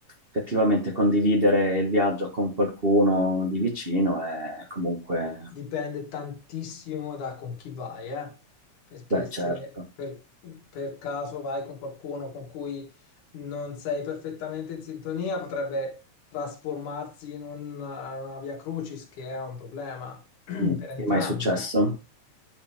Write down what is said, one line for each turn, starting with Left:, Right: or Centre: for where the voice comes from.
Right: effettivamente condividere il viaggio con qualcuno di vicino è comunque,
Left: Dipende tantissimo da con chi vai, eh? Perché
Right: beh,
Left: se
Right: certo.
Left: per, per caso vai con qualcuno con cui non sei perfettamente in sintonia, potrebbe trasformarsi in una, una via crucis, che è un problema <clears throat> per
Right: Mm,
Left: entrambi.
Right: Ti è mai successo?